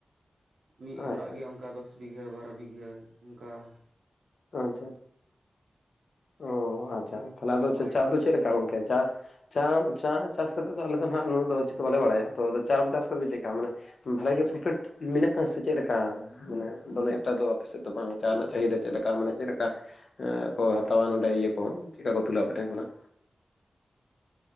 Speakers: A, on the right; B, on the left.
A: ᱢᱤᱫ ᱦᱚᱲᱟᱜ
B: ᱟᱪᱪᱷᱟ
A: ᱜᱮ ᱚᱱᱠᱟ ᱫᱚᱥᱼᱼ ᱵᱤᱜᱷᱟᱹ ᱵᱟᱨᱚ ᱵᱤᱜᱷᱟᱹ ᱚᱱᱠᱟ ᱾
B: ᱟᱪᱪᱷᱟ ᱟᱪᱪᱷᱟ, ᱚ ᱟᱪᱪᱷᱟ
A: ᱦᱳᱭ
B: ᱛᱟᱦᱚᱞᱮ ᱪᱟ ᱫᱚ ᱪᱮᱫ ᱞᱮᱠᱟ ᱜᱚᱢᱠᱮ ᱪᱟᱥ? ᱪᱟᱢ ᱪᱟ ᱪᱟᱥ ᱠᱟᱛᱮᱫ ᱫᱚ ᱟᱞᱮ ᱫᱚ ᱦᱟᱸᱜ ᱩᱱᱟᱹᱜ ᱫᱚ <inaudible> ᱵᱟᱞᱮ ᱵᱟᱲᱟᱭᱟ ᱛᱚ ᱟᱫᱚ ᱪᱟ ᱪᱟᱥ ᱫᱚ ᱢᱤᱫ ᱞᱮᱠᱟ ᱢᱟᱱᱮ ᱵᱷᱟᱜᱮ ᱯᱨᱚᱯᱷᱤᱴ ᱢᱮᱱᱟᱜᱼᱟ ᱥᱮ ᱪᱮᱫ ᱞᱮᱠᱟ? ᱢᱟᱱᱮ ᱫᱚᱢᱮ ᱮᱠᱴᱟ ᱫᱚ ᱟᱯᱮ ᱥᱮᱫ ᱫᱚ ᱵᱟᱝ, ᱪᱟ ᱨᱮᱱᱟᱜ ᱪᱟᱦᱤᱫᱟ ᱪᱮᱫ ᱞᱮᱠᱟ ᱾ ᱞᱮᱠᱟ ᱢᱟᱱᱮ ᱪᱮᱫ ᱞᱮᱠᱟ ᱠᱚ ᱦᱟᱛᱟᱣᱟ ᱱᱚᱰᱮ ᱤᱭᱟᱹ ᱠᱚ, ᱪᱮᱫ ᱞᱮᱠᱟ ᱠᱚ ᱛᱩᱞᱟ ᱟᱯᱮ ᱴᱷᱮᱱ ᱠᱷᱚᱱᱟᱜ?